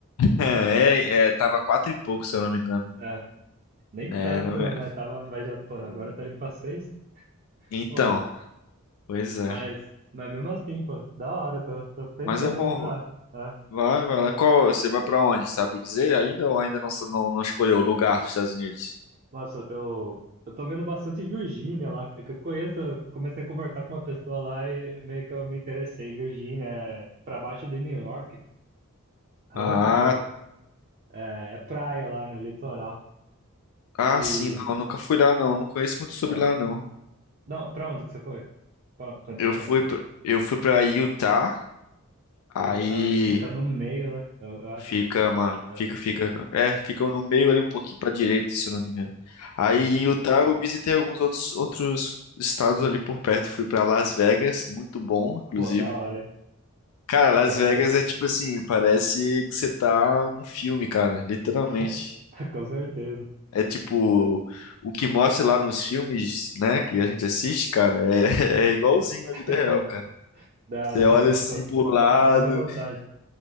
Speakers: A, on the left; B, on the right.
A: É, é, é, tava quatro e pouco, se eu não me engano.
B: É, nem
A: É,
B: tanto,
A: não
B: né?
A: é-
B: Mas tava, mas já, pô, agora tá indo pra seis.
A: Então,
B: Foda.
A: pois é.
B: Mas, mas mesmo assim, pô, da hora. Tô, tô pensando
A: Mas é bom.
B: em ir lá. né?
A: Vai, vai lá. Qual, você vai pra onde, sabe dizer ainda ou ainda não, não, não escolheu o lugar dos Estados Unidos?
B: Nossa, eu, eu tô vendo bastante Virgínia lá. É que eu conheço, eu comecei a conversar com uma pessoa lá e meio que eu me interessei. Virgínia é pra baixo de New York, Hampton.
A: Ah,
B: É, é praia lá, né? Litoral.
A: ah,
B: E.
A: sim, não, nunca fui lá não, não conheço muito sobre
B: É,
A: lá não.
B: Não, pra onde que você foi? Pra- quando
A: Eu
B: você foi?
A: fui pra, eu fui para Utah Aí
B: Utah fica no meio, né? Eu, eu acho.
A: fica, mano,
B: Ah,
A: fica, fica, é, fica no meio ali um pouquinho pra direita, se eu não me engano. Aí
B: sim.
A: em Utah eu visitei alguns outros, outros estados ali por perto, fui pra Las Vegas, muito bom, inclusive.
B: Pô, da hora, hein?
A: Cara, Las
B: Deve
A: Vegas
B: ser.
A: é tipo assim, parece que você tá num filme, cara, literalmente.
B: <laughs> Com certeza.
A: É tipo,
B: Da,
A: o que mostra lá nos filmes, né, que a gente assiste, cara, é, <laughs> é igualzinho na
B: <laughs>
A: vida real, cara.
B: da
A: Você
B: hora,
A: olha
B: pô, só,
A: assim
B: só,
A: pro lado,
B: só dá mais vontade.